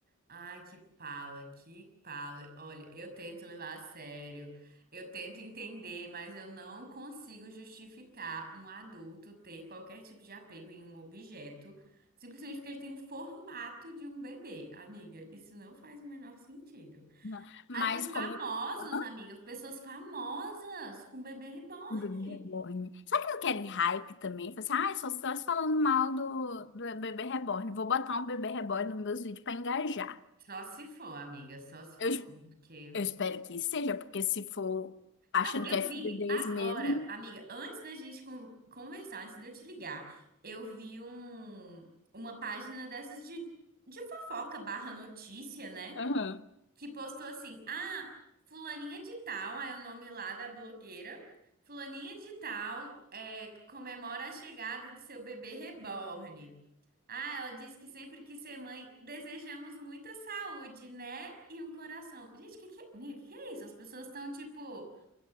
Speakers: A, on the right; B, on the left.
A: Ai, que pala, que pala. Olha, eu tento levar a sério, eu tento entender, mas eu não consigo justificar um adulto ter qualquer tipo de apego em um objeto, simplesmente porque ele tem o formato de um bebê. Amiga, isso não faz o menor sentido.
B: Não. Mas
A: Aí tem famosos,
B: como eu amo
A: amiga, pessoas famosas com bebê reborn.
B: bebê reborn. Será que não querem hype também? Fala assim, ah, só estás falando mal do, do bebê reborn. Vou botar um bebê reborn nos meus vídeos pra engajar.
A: Só se for, amiga, só se for
B: Eu
A: mesmo, porque.
B: Eu espero que seja, porque se for achando
A: Não, eu
B: que é filho
A: vi
B: deles
A: agora,
B: mesmo,
A: amiga, antes da gente con- conversar, antes de eu te ligar, eu vi um, uma página dessas de, de fofoca barra notícia, né?
B: aham.
A: Que postou assim, ah, fulaninha de tal, aí é o nome lá da blogueira, fulaninha de tal é, comemora a chegada do seu bebê reborn. Ah, ela disse que sempre quis ser mãe, desejamos muita saúde, né? E um coração. Gente, que que, é, amiga, que que é isso? As pessoas estão tipo